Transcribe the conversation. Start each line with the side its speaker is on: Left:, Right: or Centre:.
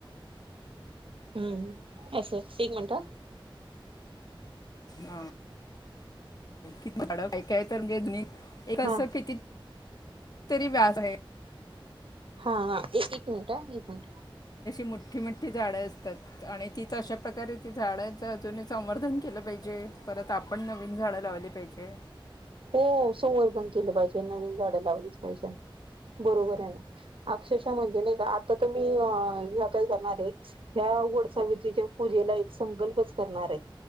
Right: हम्म असं एक मिनिट ह.
Left: हा. कितीडा काय तर म्हणजे
Right: हा
Left: कसं
Right: हा
Left: किती? तरी व्याज आहे.
Right: हा एक एक मिनिट एक मिनिट.
Left: मोठी मोठी झाडं असतात आणि तीच अशा प्रकारे ती झाडांच अजून संवर्धन केलं पाहिजे. म्हणजे परत आपण नवीन झाड लावली पाहिजे
Right: हो सगळेजण केलं पाहिजे नवीन झाडे लावलीच पाहिजे बरोबर आहे अक्षरशः म्हणजे नाही का आता तुम्ही ह्या काय करणार आहेत वडसावित्रीच्या पूजेला एक संकल्पच करणार आहे